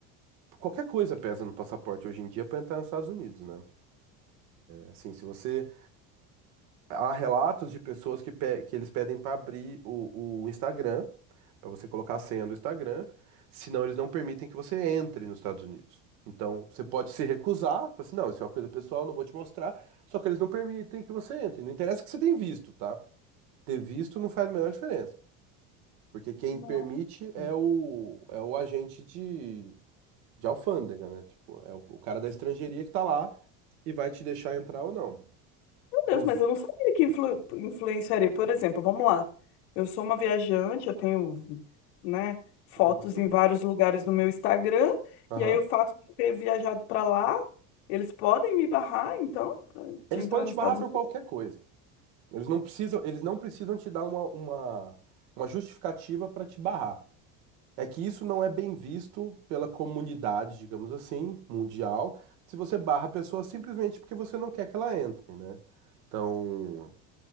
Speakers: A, on the right (about 55°); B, on the left (about 80°).
A: qualquer coisa pesa no passaporte hoje em dia para entrar nos Estados Unidos, né? É, Assim, se você. há relatos de pessoas que, pe- que eles pedem para abrir o, o Instagram, para você colocar a senha do Instagram, senão eles não permitem que você entre nos Estados Unidos. Então, você pode se recusar, falar assim, não, isso é uma coisa pessoal, não vou te mostrar, só que eles não permitem que você entre. Não interessa que você tenha visto, tá? Ter visto não faz a menor diferença, porque quem
B: Não.
A: permite é
B: Meu
A: o, é o agente de, de alfândega, né? Tipo, é o, o cara da estrangeiria que tá lá e vai te deixar entrar ou não.
B: Deus,
A: Ouvi-
B: mas eu não sabia que influ- influenciaria. Por exemplo, vamos lá. Eu sou uma viajante, eu tenho, né, fotos
A: Uhum.
B: em vários lugares no meu Instagram,
A: Aham.
B: e aí o fato de eu ter viajado para lá, eles podem me barrar, então,
A: Eles
B: de entrar
A: podem
B: nos
A: te
B: Estados
A: barrar por qualquer coisa. Eles não precisam, eles não precisam te dar uma, uma, uma justificativa para te barrar. É que isso não é bem visto pela comunidade, digamos assim, mundial, se você barra a pessoa simplesmente porque você não quer que ela entre, né? Então,